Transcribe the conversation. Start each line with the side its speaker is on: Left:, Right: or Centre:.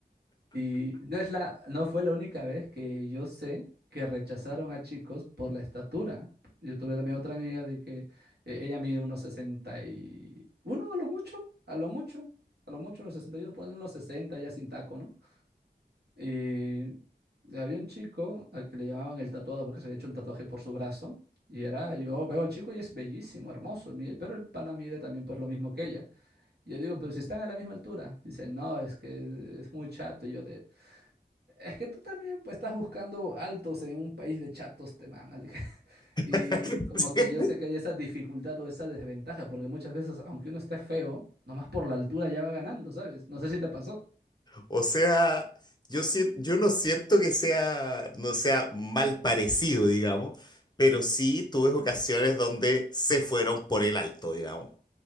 Right: Y no es la, no fue la única vez que yo sé que rechazaron a chicos por la estatura. Yo tuve también otra amiga de que eh, ella mide unos 61 a lo mucho, a lo mucho, a lo mucho unos 61, ponle unos 60 ya sin taco, ¿no? Y había un chico al que le llamaban el tatuado porque se había hecho un tatuaje por su brazo. Y era, yo veo al chico y es bellísimo, hermoso, y mide- pero el pana mide también pues lo mismo que ella. Y yo digo, pero si están a la misma altura. Dice, no, es que es muy chato. Y yo de, es que tú también pues estás buscando altos en un país de chatos, te mama. le dije. <laughs> Y
Left: <laughs>
Right: como que yo sé que hay esa dificultad o esa desventaja, porque muchas veces, aunque uno esté feo, nomás por la altura ya va ganando, ¿sabes? No sé si te pasó.
Left: O sea, yo, sien- yo no siento que sea, no sea mal parecido, digamos, pero sí tuve ocasiones donde se fueron por el alto, digamos.